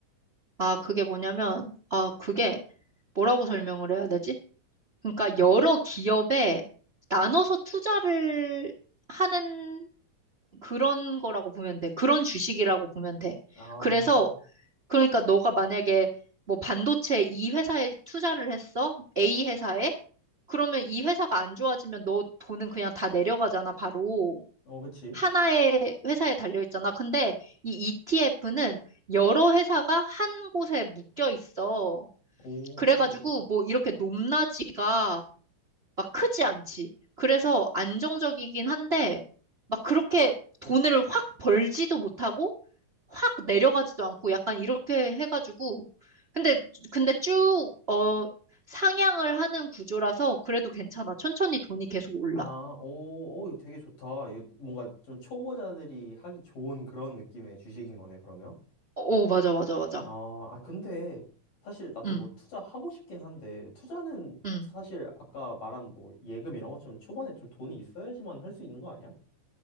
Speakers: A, on the right; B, on the left.
A: 아, 그게 뭐냐면, 아, 그게 뭐라고 설명을 해야 되지? 그러니까 여러 기업에 나눠서 투자를 하는 그런 거라고 보면 돼. 그런 주식이라고 보면 돼.
B: 아,
A: 그래서, 그러니까 너가 만약에 뭐 반도체 이 회사에 투자를 했어? A 회사에? 그러면 이 회사가 안 좋아지면 너 돈은 그냥 다 내려가잖아, 바로.
B: 어, 그치.
A: 하나의 회사에 달려 있잖아. 근데 이 ETF는 여러 회사가 한 곳에 묶여 있어.
B: 오,
A: 그래가지고 뭐 이렇게 높낮이가 막 크지 않지. 그래서 안정적이긴 한데 막 그렇게 돈을 확 벌지도 못하고 확 내려가지도 않고 약간 이렇게 해가지고 근데 근데 쭉 어 상향을 하는 구조라서 그래도 괜찮아. 천천히 돈이 계속 올라.
B: 아, 오, 오, 이거 되게 좋다. 이거 뭔가 좀 초보자들이 하기 좋은 그런 느낌의 주식인 거네, 그러면.
A: 오, 맞아, 맞아, 맞아.
B: 어, 아, 근데 사실 나도
A: 응,
B: 뭐 투자하고 싶긴 한데, 투자는
A: 응.
B: 사실 아까 말한 뭐 예금 이런 것처럼 초반에 좀 돈이 있어야지만 할 수 있는 거 아니야?